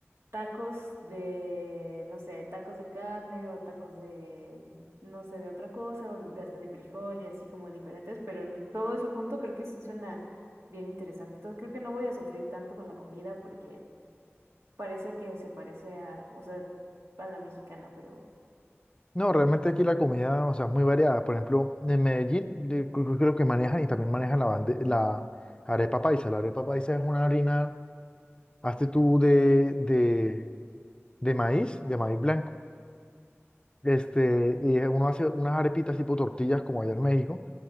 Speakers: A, on the right (about 75°); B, on the left (about 20°).
A: tacos de, no sé, tacos de carne o tacos de, no sé, de otra cosa, o de hasta de frijol y así como diferentes, pero n- todo eso junto creo que sí suena bien interesante. Entonces creo que no voy a sufrir tanto con la comida porque parece que se parece a, o sea, a la mexicana, pero...
B: no, realmente aquí la comida, o sea, es muy variada. Por ejemplo, en Medellín de- cre- cre- creo que manejan y también manejan la, bande- la arepa paisa. La arepa paisa es una harina, hazte tú de, de, de maíz, de maíz blanco Este, y uno hace unas arepitas tipo tortillas como allá en México,